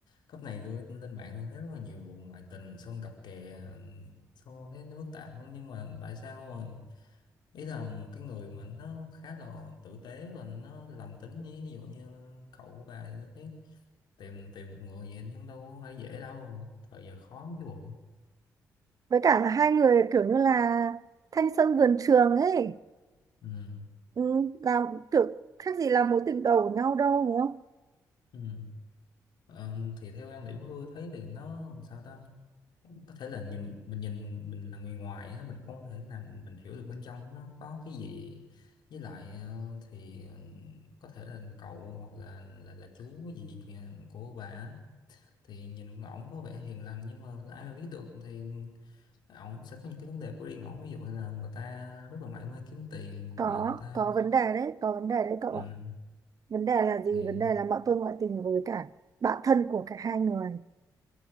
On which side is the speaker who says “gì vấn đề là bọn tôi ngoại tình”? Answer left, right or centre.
Right